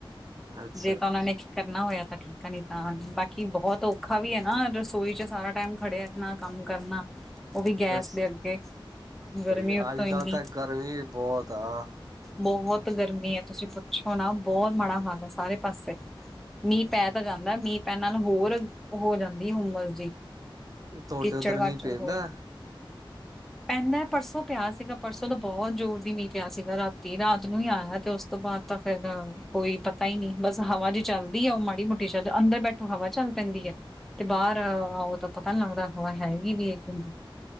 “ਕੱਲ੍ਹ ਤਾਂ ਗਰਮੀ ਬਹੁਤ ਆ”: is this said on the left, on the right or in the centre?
Right